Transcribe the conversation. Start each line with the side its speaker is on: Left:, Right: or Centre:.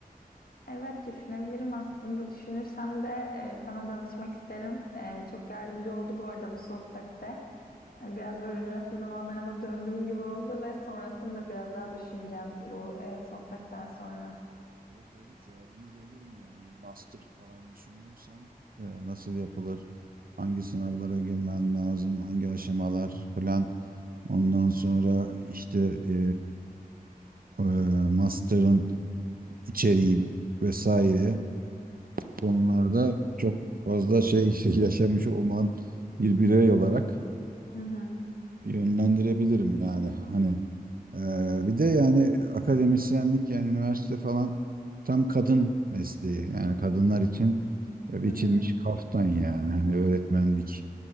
Left: Evet düşünebilirim aslında. Düşünürsem de e, sana danışmak isterim. E, çok yardımcı oldu bu arada bu sohbette. Hani biraz böyle üniversite zamanlarıma döndüğüm gibi oldu ve sonrasını da biraz daha düşüneceğim bu e, sohbetten sonra.
Right: Evet evet yardımcı olurum yani. Master falan düşünüyorsan e, nasıl yapılır? Hangi sınavlara girmen lazım? Hangi aşamalar falan. Ondan sonra işte e, e, master'ın içeriği vesaire. konularda çok fazla şey <laughs> yaşamış olman bir birey olarak
Left: Hı hı.
Right: yönlendirebilirim yani hani eee, bir de yani akademisyenlik yani üniversite falan tam kadın mesleği yani kadınlar için biçilmiş
Left: Hı hı.
Right: kaftan yani hani öğretmenlik